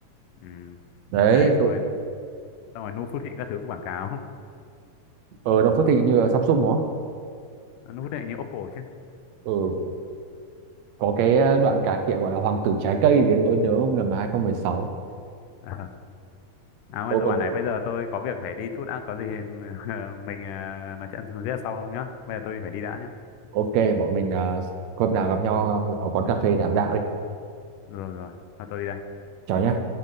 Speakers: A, on the left (about 80°); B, on the right (about 75°).
A: ừ.
B: đấy
A: đấy xong
B: tôi-
A: rồi xong rồi Nu Phước Thịnh các thứ cũng quảng cáo
B: ở Đồng Phước Thịnh như là Samsung đúng không
A: <laughs> Nu Phước Thịnh như Oppo chứ
B: ừ có cái ờ, đoạn cà khịa gọi là Hoàng tử trái cây thì tôi nhớ không nhầm là 2016
A: Ờ. à mà
B: tôi
A: tôi
B: còn
A: bảo này bây giờ tôi có việc phải đi chút đã có gì <laughs> mình ờ, nói chuyện tiếp sau nhá bây giờ tôi phải đi đã nhá
B: ok bọn mình à, hôm nào gặp nhau ở quán cà phê đàm đạo đi
A: rồi rồi Thôi tôi đi đây.
B: chào nhá